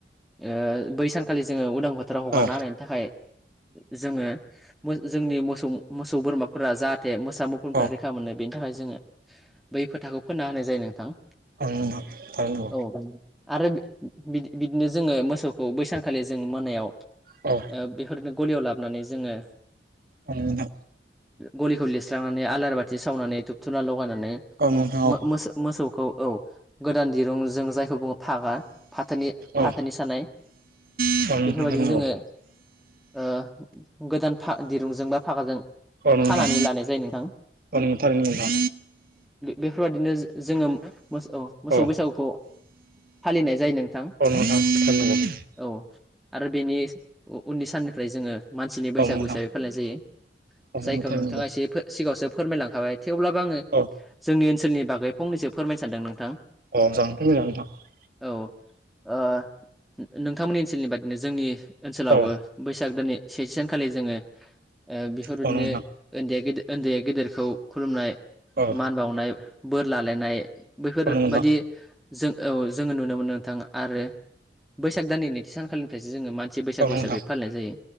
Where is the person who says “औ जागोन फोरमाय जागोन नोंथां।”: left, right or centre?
Right